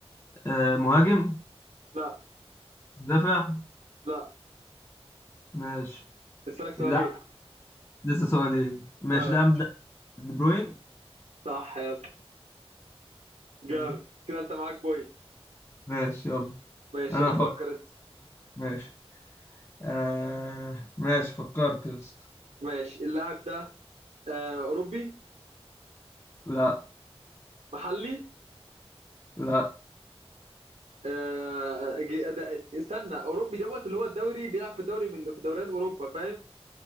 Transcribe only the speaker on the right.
لا
لا
اسالك سؤالين
اه
صح يا اسطى جامد
كده انت معاك بوينت
ماشي
يلا
فكر انت
ماشي اللاعب ده آه اوروبي
محلي
آه، جي- ده- استنى اوروبي دوت اللي هو الدوري بيلعب في الدوري من في دوريات اوروبا فاهم